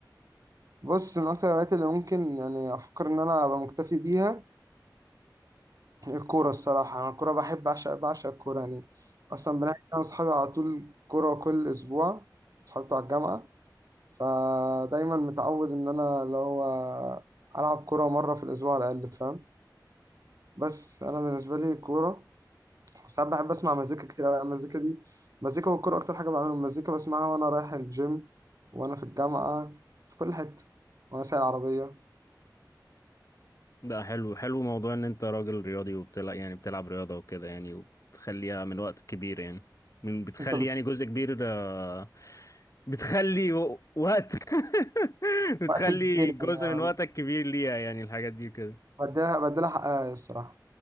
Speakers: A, on the right; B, on the left.
A: بص من أكتر الهوايات اللي ممكن يعني أفكر إن أنا أبقى مكتفي بيها الكورة الصراحة أنا الكورة بحب أعشق بعشق الكورة يعني أصلا بنحجز أنا وأصحابي على طول كورة كل أسبوع أصحابي بتوع الجامعة فدايما متعود إن أنا اللي هو ألعب كورة مرة في الأسبوع على الأقل فاهم بس أنا بالنسبة لي الكورة ساعات بحب أسمع مزيكا كتير أوي يعني المزيكا دي مزيكا والكورة أكتر حاجة بعملها المزيكا بسمعها وأنا رايح الجيم وأنا في الجامعة في كل حتة وأنا سايق العربية
B: ده حلو حلو موضوع ان انت راجل رياضي وبتلعب يعني بتلعب رياضة وكده يعني وبتخليها من وقت كبير يعني من بتخلي
A: أنت بت...
B: يعني جزء كبير آه، بتخلي و- وقت <laughs> بتخلي
A: وقت كبير
B: جزء
A: يعني
B: من وقتك كبير ليها يعني الحاجات دي كده
A: بدلها بدلها حقها الصراحة